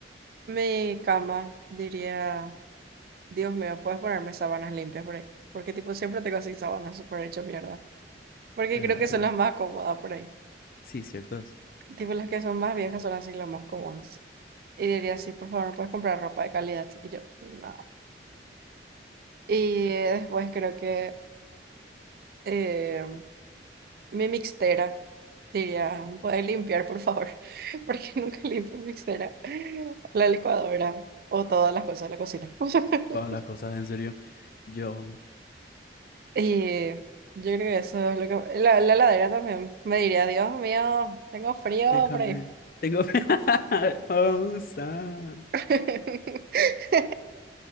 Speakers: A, on the right; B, on the left.
A: mi cama diría, Dios mío, puedes ponerme sábanas limpias por ahí. Porque tipo siempre tengo así sábanas súper hecho mierda. Porque
B: Real.
A: creo que son las más cómodas por ahí.
B: Sí, ciertas.
A: Tipo las que son más viejas son así las más cómodas. Y diría así, por favor, ¿me puedes comprar ropa de calidad. Y yo, no. Y eh, después creo que eh, Mi mixtera, diría, puede limpiar, por favor, <laughs> porque nunca limpio mixtera, la licuadora o todas las cosas de la cocina. <laughs>
B: Todas las cosas, en serio. Yo,
A: Y yo creo que eso es lo que... La, la heladera también me diría, Dios mío, tengo frío
B: déjame.
A: por ahí.
B: Tengo... <laughs> pausa.
A: <laughs>